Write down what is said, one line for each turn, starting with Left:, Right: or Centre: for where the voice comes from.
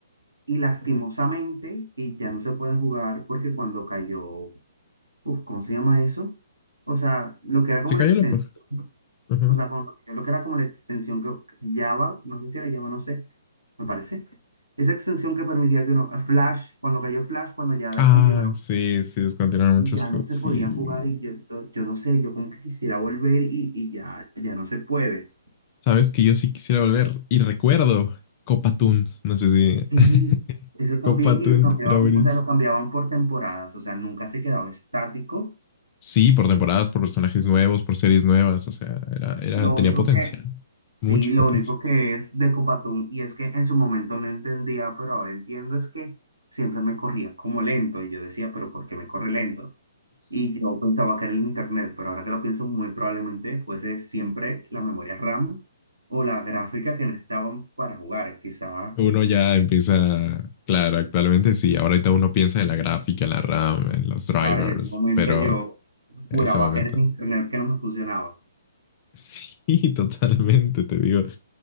Right: Y lastimosamente, y ya no se pueden jugar porque cuando cayó Uf, ¿cómo se llama eso? O sea, lo que era como
Left: Se cayó
Right: la extensión,
Left: la página. Ajá.
Right: o sea, cuando- lo que era como la extensión que Java, no sé si era Java, no sé, me parece. Esa extensión que permitía que uno, eh, Flash, cuando cayó Flash, cuando ya descontinuaron,
Left: Ah, sí, sí, descontinuaron
Right: ya
Left: muchos juegos.
Right: no se
Left: Sí.
Right: podía jugar y yo, to- yo no sé, yo como que quisiera volver y, y ya, ya no se puede.
Left: Sabes que yo sí quisiera volver. Y recuerdo Copatún, no sé si.
Right: Sí,
Left: <laughs>
Right: eso también,
Left: Copatún
Right: y lo cambiaban,
Left: era buenísimo.
Right: o sea, lo cambiaban por temporadas, o sea, nunca se quedaba estático.
Left: Sí, por temporadas, por personajes nuevos, por series nuevas, o sea, era, era,
Right: Lo
Left: tenía
Right: único
Left: potencia,
Right: que,
Left: mucha
Right: Sí, lo
Left: potencia.
Right: único que es de Copatún, y es que en su momento no entendía, pero ahora entiendo, es que siempre me corría como lento, y yo decía, pero ¿por qué me corre lento? Y yo pensaba que era el internet, pero ahora que lo pienso, muy probablemente fuese siempre la memoria RAM o la gráfica que no estaban para jugar. Quizá,
Left: Uno ya empieza, claro, actualmente sí, ahorita uno piensa en la gráfica, en la RAM, en los drivers,
Right: claro, en ese momento
Left: pero
Right: yo
Left: en
Right: juraba
Left: ese momento,
Right: que era el internet que no me funcionaba.
Left: sí, <laughs> totalmente, te digo,